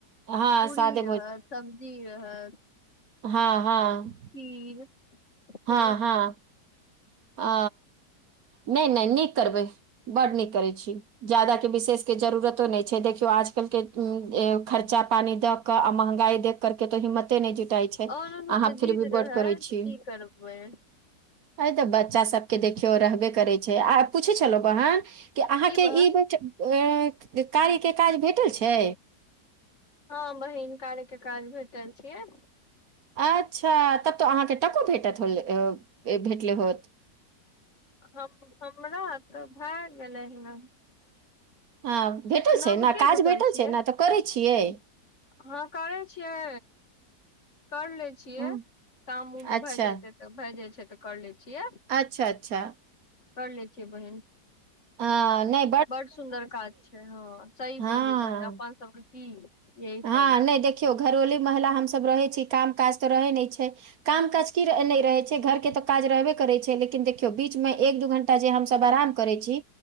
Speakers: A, on the right (about 60°); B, on the left (about 40°).
A: हँ
B: पूरी
A: सादे
B: रहत, सब्जी रहत
A: हँ-हँ।
B: खीर
A: हँ-हँ।
B: यही सब
A: आ नैय नैय नीक करबै, बड्ड नीक करै छी। जादा के बिसेष के जरूरतो नैय छै, देखियौ आजकल के खर्चा पानि दऽ क आ महंगाई देख कर के त हिम्मते नैय जुटाई छै,
B: और नुनू
A: अहाँ
B: के
A: फिर
B: जिद
A: भी
B: रहै
A: बड करै छी।
B: की करबै।
A: त बच्चा सबके देखियौ रहबे करै छै, आ पूछै छलौं बहन कि अहाँ
B: की
A: के
B: बहन
A: ई बच एऽ कारी के काज भेटल छै?
B: हँ बहिन, कारी के काज भेटल छियै।
A: अच्छा तब तऽ अहाँ के टको भेटत होले ए-भेटले होत?
B: हम-हमरा तऽ भैऽ गेलै हँ।
A: हँ भेटल
B: नवके
A: छै न? काज
B: जुटल
A: भेटल
B: छियै
A: छै न? तऽ करै छियै?
B: हँ करै छियै, कर ले छियै,
A: हँ,
B: काम उम
A: अच्छा
B: भऽ जेतै त, भैऽ जाइ छै तऽ कर लै छियै।
A: अच्छा-अच्छा।
B: कर लै छियै बहिन।
A: अऽ नैय
B: बड सुन्दर काज छै, हँ सही
A: हँ
B: बोललियै बहिन अपन सबके की यही
A: हँ
B: सब
A: नैय देखियौ, घरोलू महिला हमसब रहै छी, काम काज तऽ रहै नैय छै? काम काज की र-नैय रहै छै? घरके तऽ काज रहबे करै छै, लेकिन देखियौ बीच में एक दू घं त जे हमसब आराम करै छी,